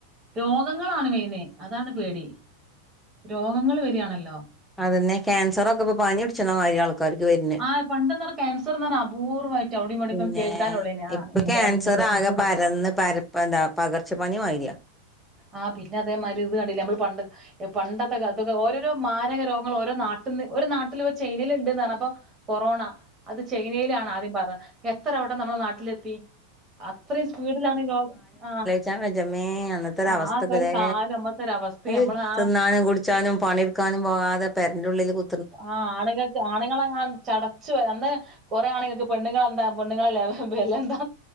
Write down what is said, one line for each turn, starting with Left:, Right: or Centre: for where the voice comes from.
Right: രോഗങ്ങളാണ് മെയിന് അതാണ് പേടി രോഗങ്ങൾ വരിയാണല്ലോ
Centre: അതെന്നെ ക്യാൻസറൊക്കെ ഇപ്പൊ പനി പിടിച്ണമാരിയാണ് കണ്ടു വര്ന്
Right: ആഹ് പണ്ടെന്ന് പറഞ്ഞ ക്യാസർ എന്ന് പറഞ്ഞ അപൂർവായിട്ട് അവിടെയുംവിടെക്ക
Centre: പിന്നെ
Right: കേൾക്കാനുള്ളേനെ ആഹ്
Centre: ഇപ്പൊ
Right: ക്യാൻസർ
Centre: ആകെ പരന്ന് പരപ്പ എന്താ പകർച്ച പനി മാതിരിയ
Right: ആഹ് പിന്നെ അതേമാതിരി ഇത് കണ്ടില്ല നമ്മൾ പണ്ട് എഹ് പണ്ടത്തെ കാലത്തൊക്കെ ഓരോരോ മാരക രോഗങ്ങൾ ഓരോ നാട്ടിന്ന് ഒരു നാട്ടില് ഒരു ചൈനേല് ണ്ട്ന്നർഞപ്പൊ കൊറോണ അത് ചൈനയിലാണ് ആദ്യം പറഞ്ഞെ എത്ര പെട്ടെന്ന് നമ്മളെ നാട്ടിലെത്തി അത്രീ സ്പീഡിലാണ് ലോ ആ
Centre: ചാൻ വെജ്ജ മേ അന്ന എന്തൊരവസ്ഥക്കല്ലേ
Right: ആ ആ ഒരു കാലം അമ്മത്തെ ഒരു അവസ്ഥ
Centre: ഏഹ്
Right: നമ്മൾ ആ
Centre: തിന്നാനും കുടിച്ചാനും പണിട്ക്കാനും പോകാതെ പെരന്റുള്ളില് കു
Right: ആഹ് ആണ്ങ്ങക്ക് ആണ്ങ്ങളെങ്ങാനും ചടച്ചു അന്ന് കുറെ ആണ്ങ്ങക്ക് പെണ്ണ്ങ്ങളെന്താ പണ്ണങ്ങളെലെ വെലഎന്താ